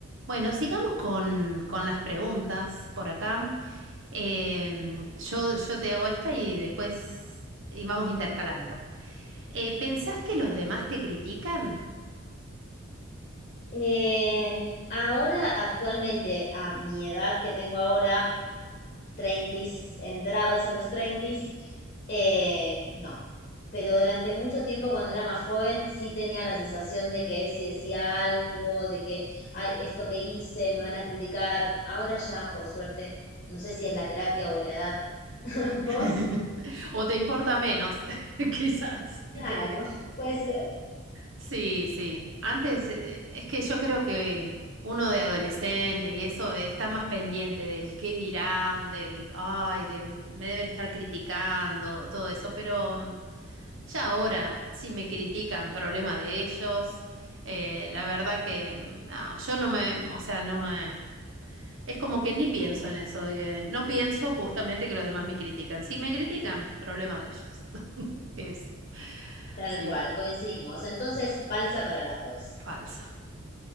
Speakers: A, on the right (about 65°); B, on the left (about 35°).
A: Bueno, sigamos con, con las preguntas por acá. Em, yo, yo te hago esta y después y vamos intercalando. Eh, ¿pensás que los demás te critican?
B: Em, ahora, actualmente, a mi edad que tengo ahora, 30, entrados en los 30, eh, no. Pero durante mucho tiempo, cuando era más joven, sí tenía la sensación de que si decía algo, de que, ay, esto que hice, me van a criticar. Ahora ya, por suerte, no sé si es la terapia o la edad. <laughs>
A: <laughs>
B: ¿Vos?
A: O te importa menos, <laughs> quizás,
B: Claro,
A: y te critican.
B: puede ser.
A: Sí, sí. Antes, eh, es que yo creo que uno de adolescente y eso eh, está más pendiente del qué dirán, del, ay, de, me deben estar criticando, todo eso, pero mm, ya ahora, si me critican, problema de ellos. Eh, la verdad que mm, no, yo no me, o sea, no me... Es como que ni pienso en eso, de que- no pienso justamente que los demás me critican. Si me critican, problema de ellos. <laughs> Es,
B: Tal
A: sí,
B: cual, coincidimos. Entonces, falsa para las dos.
A: falsa.